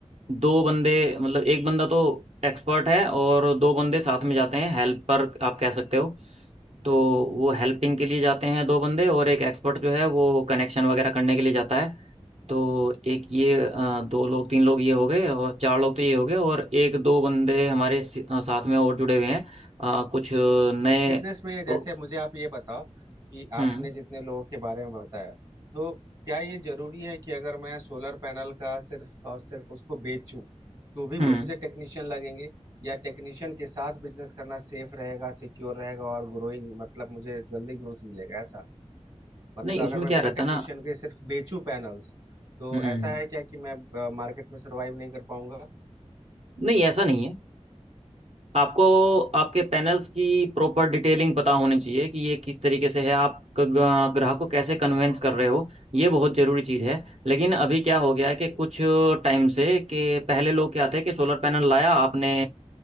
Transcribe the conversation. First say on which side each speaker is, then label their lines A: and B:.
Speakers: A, on the right; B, on the right.
A: दो बंदे मतलब एक बंदा तो एक्सपर्ट है और दो बंदे साथ में जाते हैं हेल्पर आप कह सकते हो तो वो हेल्पिंग के लिए जाते हैं दो बंदे और एक एक्सपर्ट जो है वो कनेक्शन वगैरह करने के लिए जाता है तो एक ये अ, दो लोग तीन लोग ये हो गए और चार लोग तो ये हो गए और एक दो बंदे हमारे सी- अ, साथ में और जुड़े हुए हैं अ, कुछ नए
B: बिजनेस में जैसे
A: प्रो-
B: मुझे आप ये बताओ कि आपने
A: हम्म
B: जितने लोगों के बारे में बताया तो क्या ये जरूरी है कि अगर मैं सोलर पैनल का सिर्फ और सिर्फ उसको बेचूं तो भी मुझे
A: हम्म
B: टेक्नीशियन लगेंगे या टेक्नीशियन के साथ बिजनेस करना सेफ रहेगा सिक्योर रहेगा और ग्रोइंग मतलब मुझे जल्दी ग्रोथ मिलेगा ऐसा मतलब
A: नहीं उसमें
B: अगर मैं
A: क्या
B: बिना
A: रहता
B: टेक्नीशियन
A: है ना
B: के सिर्फ बेचूं पैनल्स तो
A: हम्म
B: ऐसा है क्या कि मैं मार्केट में सरवाइव नहीं कर पाऊंगा
A: नहीं ऐसा नहीं है आपको आपके पैनल्स की प्रॉपर डिटेलिंग पता होनी चाहिए कि ये किस तरीके से है आप क- ग- ग्राहक को कैसे कन्वेंस कर रहे हो ये बहुत ज़रूरी चीज़ है लेकिन अभी क्या हो गया है कि कुछ टाइम से कि पहले लोग क्या थे कि सोलर पैनल लाया आपने